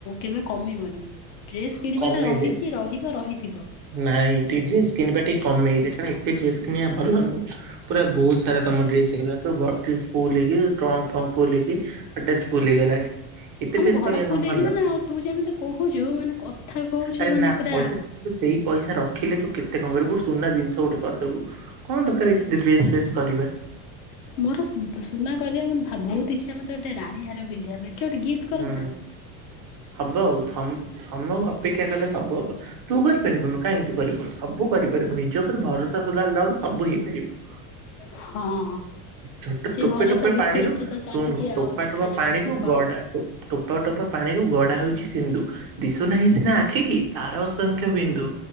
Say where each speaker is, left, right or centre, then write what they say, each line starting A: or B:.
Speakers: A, on the left; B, on the right.
A: କେବେ କମିବନି। ଡ୍ରେସ୍ କିଣିବାଟା
B: କମେଇଦେ
A: ରହିଚି ରହିବ ରହିଥିବ।
B: ନାଇଁ ଟିକେ ଡ୍ରେସ କିଣିବା ଟିକେ କମେଇ ଦେ କାଇଁ ତେ ଡ୍ରେସ୍ କିଣିବା ଭଲ ନୁହଁ। ପୁରା ବୋହୁତ ସାରା ତମ ଡ୍ରେସ୍ ହେଇଗଲାଣି। ପୁରା ଗଡ୍ରେଜ ଫୁଲ୍ ହେଇକି ଟ୍ରଙ୍କ୍ ଫ୍ରଙ୍କ୍ ଫୁଲ୍ ହେଇକି, ଗଡ୍ରେଜ ଫୁଲ୍ ହେଇଗଲାଣି। ଏତେ
A: ଆମ
B: ଡ୍ରେସ
A: ଘର
B: କରିବା
A: ଫୁଲ୍
B: କଣ
A: ହେଇଯିବ
B: ଭଲ
A: ନା ଆଉ ତୁ ଯେମିତି କୋହୁଚୁ ମାନେ କଥା କହୁଚୁ
B: ଆରେ
A: ମାନେ
B: ନା
A: ପୁରା
B: ପଇସା ତୁ ସେଇ ପଇସା ରଖିଲେ ତୁ କେତେ କଣ କରିବୁ ସୁନା ଜିନିଷ ଗୋଟେ କରିଦବୁ। କଣ ଦରକାର ଏତେ ଦେ ଡ୍ରେସ୍ ଫ୍ରେସ୍ କରିବା?
A: ମୋର ସୁନା କରିବା ମତ ବହୁତ ଇଚଛା ମୋତେ ଗୋଟେ ରାଣୀ ହାର ପିନ୍ଧିବା ପାଇଁ କି ଗୋଟେ ଗିଫ୍ଟ କରନ୍ତାନି।
B: ହୁଁ ହବ ଆଉ ସମୟ ଅପେକ୍ଷା କଲେ ସବୁ ହବ। ତୁ କରିପାରିବୁନୁ କାହିଁକି ତୁ କରିବୁନୁ ସବୁ କରିପାରିବୁ ନିଜ ଉପରେ ଭରସା ସଦାବେଳେ ରଖ ସବୁ ହେଇପାରିବ।
A: ହଁ
B: ଟୋପେ
A: ସେ
B: ଟୋପେ
A: ଭରସା
B: ଟୋପେ
A: ବିଶ୍ଵାସ
B: ପାଣିରୁ
A: ରେ ତ ଚାଲିଛି
B: ଶୁଣୁ ଟୋପା
A: ଆଉ ଦେଖାଯାଉ
B: ଟୋପା ପାଣିରୁ
A: ଆଗକୁ କଣ।
B: ଗଡା ଟୋପା ଟୋପା ପାଣି ରୁ ଗଡା ହେଉଛି ସିନଧୁ ଦିଶୁ ନାହିଁ ସିନା ଆଖି କି ତାର ଅସଂଖ୍ୟ ବିନ୍ଦୁ